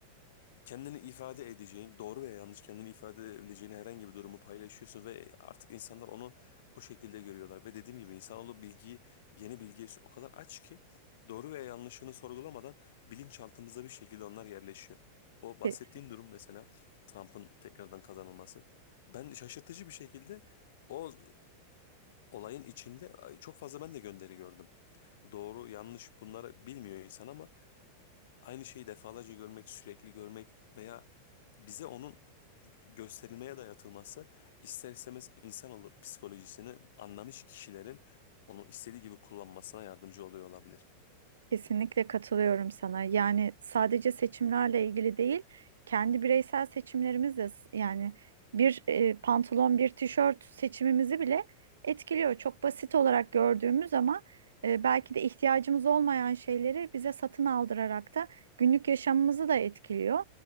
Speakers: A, on the left; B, on the right.
A: kendini ifade edeceğin, doğru veya yanlış kendini ifade edebileceğin herhangi bir durumu paylaşıyorsun ve artık insanlar onu o şekilde görüyorlar. Ve dediğim gibi insanoğlu bilgiyi, yeni bilgiye o kadar aç ki doğru veya yanlışını sorgulamadan bilinçaltımıza bir şekilde onlar yerleşiyor. O bahsettiğim
B: Te-
A: durum mesela Trump'ın tekrardan kazanılması. Ben şaşırtıcı bir şekilde o olayın içinde çok fazla ben de gönderi gördüm. Doğru yanlış bunları bilmiyor insan ama aynı şeyi defalarca görmek, sürekli görmek veya bize onun gösterilmeye dayatılması ister istemez insanoğlu psikolojisini anlamış kişilerin onu istediği gibi kullanmasına yardımcı oluyor olabilir.
B: Kesinlikle katılıyorum sana. Yani sadece seçimlerle ilgili değil, kendi bireysel seçimlerimiz de s- yani bir e, pantolon, bir tişört seçimimizi bile etkiliyor. Çok basit olarak gördüğümüz ama e, belki de ihtiyacımız olmayan şeyleri bize satın aldırarak da günlük yaşamımızı da etkiliyor.